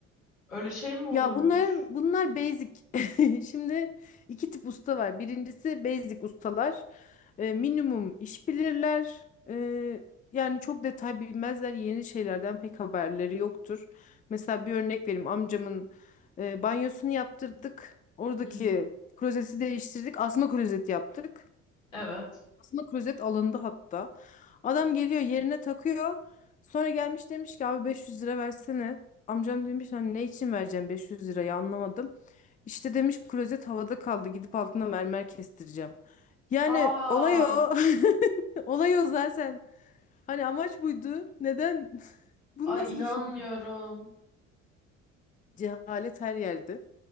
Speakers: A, on the left; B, on the left.
A: Öyle şey mi olurmuş?
B: Ya bunlar bunlar basic. <laughs> Şimdi iki tip usta var. Birincisi basic ustalar. E, minimum iş bilirler. E, yani çok detay bilmezler. Yeni şeylerden pek haberleri yoktur. Mesela bir örnek vereyim. Amcamın e, banyosunu yaptırdık. Oradaki
A: Hı hı.
B: klozeti değiştirdik. Asma klozet yaptık.
A: Evet.
B: Aslında klozet alındı hatta. Adam geliyor yerine takıyor. Sonra gelmiş demiş ki abi 500 lira versene. Amcam demiş hani ne için vereceğim 500 lirayı anlamadım. İşte demiş klozet havada kaldı gidip altına mermer kestireceğim. Yani
A: Aa,
B: olay o. <laughs> Olay o zaten. Hani amaç buydu. Neden? <laughs> Bunu
A: ay
B: nasıl
A: inanmıyorum.
B: düşündün? Cehalet her yerde.